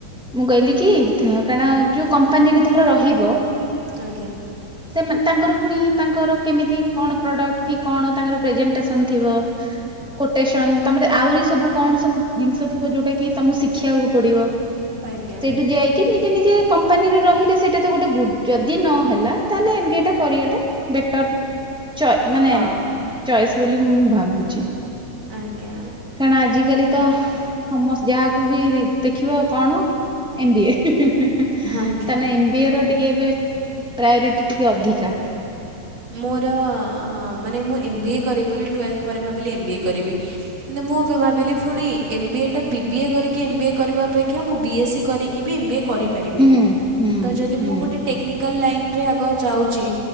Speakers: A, in the centre; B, on the right (about 45°).
A: ମୁଁ କହିଲି କି କାରଣ ଯୋଉ କମ୍ପାନୀରେ ଧର ରହି ହ୍ୟାଲୋ।
B: ଆଜ୍ଞା
A: ସେମାନେ ତାଙ୍କର ପୁଣି ତାଙ୍କର କେମିତି କଣ ପ୍ରଡକ୍ଟ, କି କଣ ତାଙ୍କର ପ୍ରେଜେଣ୍ଟେସନ ଥିବ। କୋଟେସନ, ତାପରେ ଆହୁରି ସବୁ କଣ ସବୁ ଜିନିଷ ଥିବ ଯୋଉଟା କି ତମକୁ ଶିଖିବାକୁ ପଡିବ,
B: ଆଜ୍ଞା
A: ସେଇଠୁ ଯାଇକି ନିଜେ ନିଜେ କ ମ୍ପାନୀରେ ରହିଲେ ସେଇଟା ତ ଗୋଟେ ଯଦି ନ ହେଲା, ତାହେଲେ ଏମ୍ ବି ଏ ଟା କରିଆଟା ବେଟର୍। ଚ ମାନେ
B: ହଁ
A: ଚଏସ ବୋଲି ମୁଁ ଭାବୁଛି।
B: ଆଜ୍ଞା।
A: କାରଣ ଆଜିକାଲି ତ ସମସ୍ତେ ଯାହାକୁ ବି ଦେଖିବ କଣ ଏମ୍ ବି ଏ କାରଣ
B: ଆଜ୍ଞା
A: ଏମ୍ ବି ଏର ଟିକେ ଏବେ ପ୍ରାୟୋରିଟି ଟିକେ ଅଧିକା।
B: ମୋର ମାନେ ମୁଁ ଏମ୍ ବି ଏ କରିବି ବୋଲି, ଟୁଏଲ୍ଥ ପରେ ଭାବିଲି ଏମ୍ ବି ଏ କରିବି। କିନ୍ତୁ ମୁଁ ଭାବିଲି ପୁଣି ଏମ୍ ବି ଏ ଟା, ବି ବି ଏ କରିକି ଏମ୍ ବି ଏ କରିବା ଅପେକ୍ଷା ମୁଁ ବି ଏ ସି କରିକି ବି ଏମ୍ ବି ଏ କରିପାରିବି।
A: ହୁଁ ହୁଁ
B: ତ ଯଦି
A: ହୁଁ
B: ମୁଁ ଗୋଟେ ଟେକ୍ନିକାଲ ଲାଇନ୍ ରେ ଆଗ ଯାଉଛି,